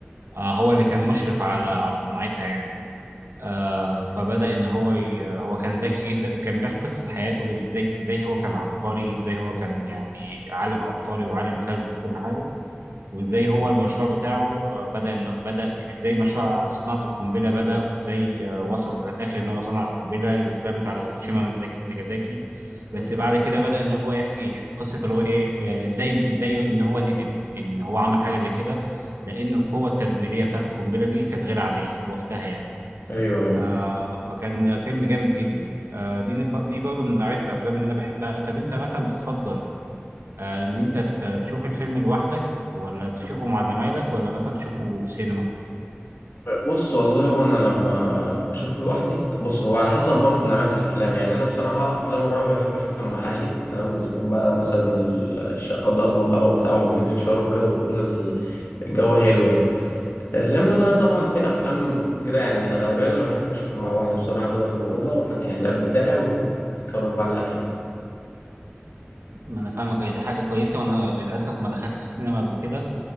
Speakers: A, on the right; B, on the left.
A: آه هو اللي كان مشرف على على صناعتها يعني آه فبدأ إن هو ي... هو كان ذكي جدا كان بيحكي قصة حياته ازاي إزاي هو كان عبقري ازاي هو كان يعني عالم عبقري وعالم فذ وكل حاجة وازاي هو المشروع بتاعه آه بدأ إنه بدأ ازاي مشروع صناعة القنبلة بدأ وازاي آه وصل في الآخر إن هو صنع القنبلة اللي اترمت على هيروشيما وناجازاكي بس
B: مم.
A: بعد كده بدأ إن هو يحكي قصة اللي هو إيه آه، إزاي إزاي إن هو ندم إن هو عمل حاجة زي كده لأن القوة التدميرية بتاعة القنبلة دي كانت غير عادية في وقتها يعني
B: أيوه أيوه
A: آه فكان فيلم جامد جدا آه دي نب- دي برضه من نوعية الأفلام اللي أنا بحبها طب أنت مثلا بتفضل آه إن أنت ت- تشوف الفيلم لوحدك ولا تشوفه مع زمايلك ولا مثلا تشوفه في سينما؟
B: بص والله وانا لما بشوفه لوحدي بص هو على حسب برضه نوعية الافلام يعني انا بصراحة افلام الرعب بحب اشوفها مع اهلي تمام بتكون بقى مثلا ال- الشقة ضلمة بقى وبتاع وعاملين فشار وكده وبيكون ال- الجو حلو يعني لما بقى طبعا في افلام كتيرة يعني الاغلبية اللي انا بحب اشوفها مع واحد بصراحة كده في الأوضة وفاتح اللاب بتاعي واتفرج بقى على افلام
A: ما أنا فاهمك هي دي حاجة كويسة وأنا للأسف ما دخلت السينما قبل كده